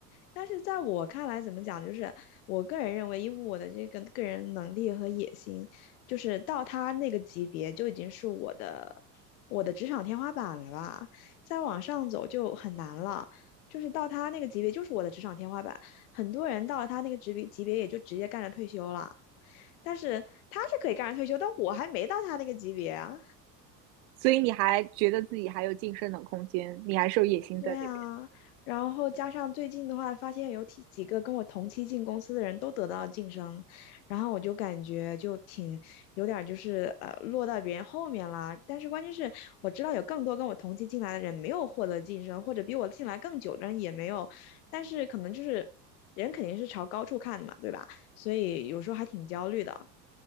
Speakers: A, on the left; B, on the right.
A: 但是在我看来，怎么讲，就是我个人认为，以我的这个个人能力和野心，就是到他那个级别就已经是我的我的职场天花板了吧，再往上走就很难了。就是到他那个级别，就是我的职场天花板。很多人到了他那个职别级别，也就直接干着退休了。但是他是可以干着退休，但我还没到他那个级别啊。
B: 所以你还觉得自己还有晋升的空间，你还是有野心在那边。
A: 对啊，然后加上最近的话，发现有几几个跟我同期进公司的人都得到了晋升，然后我就感觉就挺有点儿就是呃落到别人后面啦。但是关键是我知道有更多跟我同期进来的人没有获得晋升，或者比我进来更久的人也没有，但是可能就是人肯定是朝高处看的嘛，对吧？所以有时候还挺焦虑的。